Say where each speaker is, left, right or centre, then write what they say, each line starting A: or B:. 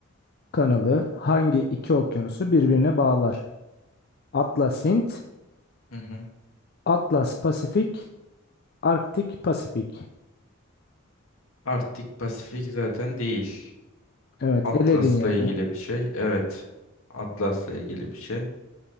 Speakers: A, on the left; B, on the left.
A: kanalı hangi iki okyanusu birbirine bağlar? Atlas Hint,
B: Hı hı.
A: Atlas Pasifik, Arktik Pasifik.
B: Arktik Pasifik zaten değil.
A: Evet,
B: Atlas'la
A: eledin yani.
B: ilgili bir şey. Evet. Atlas'la ilgili bir şey.